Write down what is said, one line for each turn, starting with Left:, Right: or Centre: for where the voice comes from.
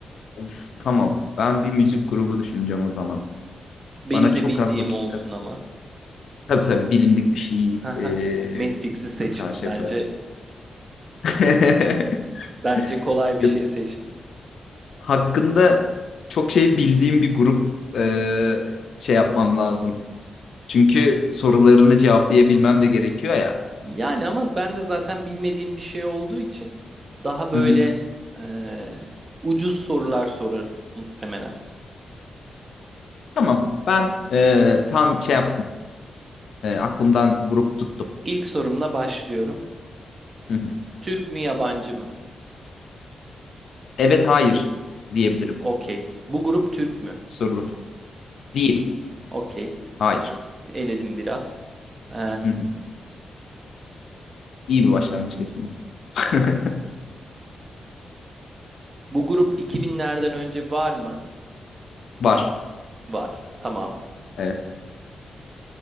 Left: Of, tamam. Ben bir müzik grubu düşüneceğim o zaman.
Right: Benim
Left: Bana
Right: de
Left: çok
Right: bildiğim
Left: az vakit
Right: olsun
Left: kaz.
Right: ama.
Left: Tabii tabii bilindik bir şey
Right: Haha.
Left: ee,
Right: Hani Matrix'i seçtim.
Left: karşı
Right: Bence
Left: yaparım. <laughs>
Right: bence kolay bir
Left: Ya
Right: şey seçtim.
Left: hakkında çok şey bildiğim bir grup e, şey yapmam lazım. Çünkü sorularını cevaplayabilmem de gerekiyor ya.
Right: Yani ama ben de zaten bilmediğim bir şey olduğu için daha böyle
Left: Hı hı.
Right: eee, ucuz sorular sorarım muhtemelen.
Left: Tamam. Ben e, tam şey yaptım. E, aklımdan grup tuttum.
Right: İlk sorumla başlıyorum.
Left: Hı hı.
Right: Türk mü yabancı mı?
Left: Evet, hayır diyebilirim
Right: Okey. Bu grup Türk mü?
Left: sorular. Değil.
Right: Okey.
Left: Hayır.
Right: Eledim biraz. Ee,
Left: Hı hı. İyi bir başlangıç kesinlikle. <laughs>
Right: bu grup 2000'lerden önce var mı?
Left: Var.
Right: Var. Tamam.
Left: Evet.